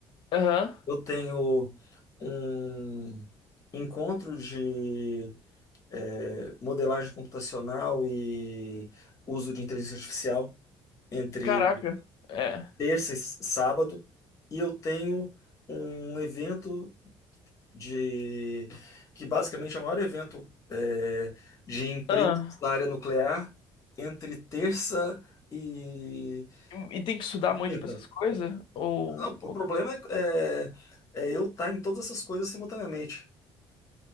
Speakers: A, on the left (about 55°); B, on the left (about 35°).
A: Aham.
B: Eu tenho um encontro de eh, modelagem computacional e uso de inteligência artificial entre
A: Caraca. É.
B: terça e s- sábado, e eu tenho um evento de que basicamente é o maior evento eh, de empresas
A: Ah.
B: da área nuclear entre terça e
A: E, e tem que estudar
B: e
A: muito
B: quinta.
A: pra essas coisas? Ou.
B: Não,
A: ou...
B: O problema é, é é eu estar em todas essas coisas simultaneamente.